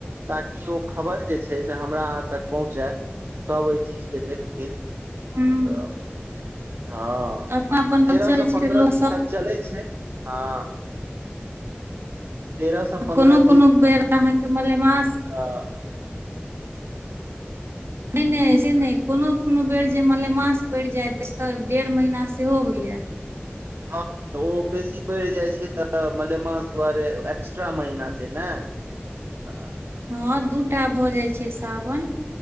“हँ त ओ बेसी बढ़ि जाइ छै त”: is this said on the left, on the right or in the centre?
Right